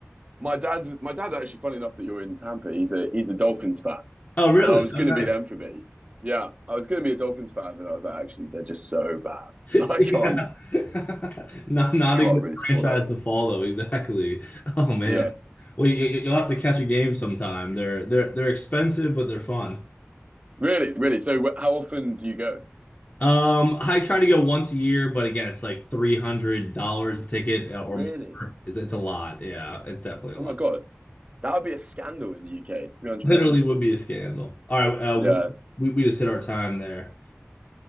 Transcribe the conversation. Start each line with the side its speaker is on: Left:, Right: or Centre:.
Right: my dad's my dad actually. Funny enough that you're in Tampa, he's a he's a Dolphins fan,
Left: Oh, really?
Right: and I was going
Left: Oh, nice.
Right: to be them for a bit. Yeah, I was going to be a Dolphins fan, but I was like, actually, they're just so bad.
Left: Yeah.
Right: <laughs> I can't
Left: <laughs> Not not
Right: can't
Left: a good
Right: really support
Left: franchise
Right: that.
Left: to follow, exactly. Oh man.
Right: Yeah,
Left: Well, you, you- you'll have to catch a game sometime. They're they're they're expensive, but they're fun.
Right: really, really. So wh- how often do you go?
Left: Um, I try to go once a year, but again, it's like $300 a ticket uh, or
Right: Really?
Left: more. It's it's a lot. Yeah, it's definitely
Right: Oh
Left: a lot.
Right: my god, that would be a scandal in the UK. Three hundred
Left: Literally
Right: pounds.
Left: would be a scandal. All right, uh,
Right: yeah
Left: we we just hit our time there.